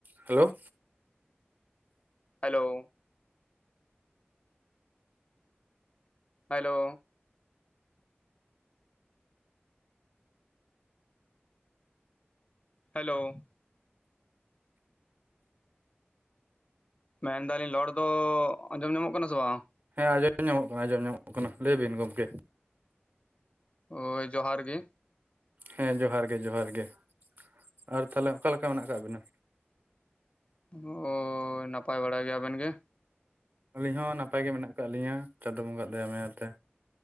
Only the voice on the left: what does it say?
ᱦᱮᱞᱳ! ᱦᱮᱞᱳ! ᱦᱮᱞᱳ! ᱢᱮᱱᱫᱟᱞᱤᱧ ᱞᱚᱲ ᱫᱚᱻ ᱟᱸᱡᱚᱢ ᱧᱟᱢᱚᱜ ᱠᱟᱱᱟ ᱥᱮ ᱵᱟᱝ?
ᱦᱳᱭ, ᱡᱚᱦᱟᱨ ᱜᱮ᱾
ᱦᱳᱻᱭ ᱱᱟᱯᱟᱭ ᱵᱟᱲᱟ ᱜᱮ, ᱟᱵᱮᱱ ᱜᱮ?